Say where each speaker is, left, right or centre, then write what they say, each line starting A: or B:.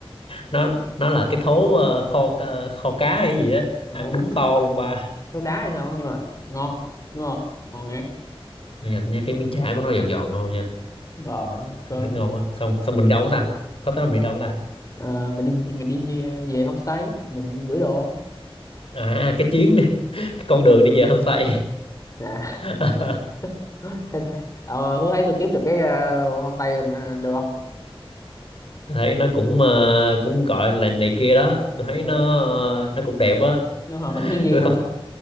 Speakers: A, on the left; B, on the left.
A: nó nó là cái thố ờ, kho ờ, kho cá hay gì á
B: ờ,
A: ăn đúng to luôn ba
B: tôi đá hay sao nhưng mà ngon đúng không ngon ngát
A: Mà nhà tôi nhớ cái miếng chả của nó giòn giòn ngon nha
B: rồi
A: thật
B: rồi
A: rất ngon á xong xong mình đâu ta hết đó là mình đâu ta
B: Ờ, mình đi mình đi về về homestay mình gửi đồ
A: à cái chuyến đi <laughs> cái con đường đi về homestay
B: nè
A: <laughs>
B: <laughs> thấy thấy ờ, Phú thấy tôi kiếm được cái ờ, homestay ờ, được không
A: thấy nó cũng ờ, cũng gọi là này kia đó tôi thấy
B: Ờ,
A: nó ờ, nó cũng đẹp á
B: nó hòa mình thiên nhiên
A: Tôi không-
B: mà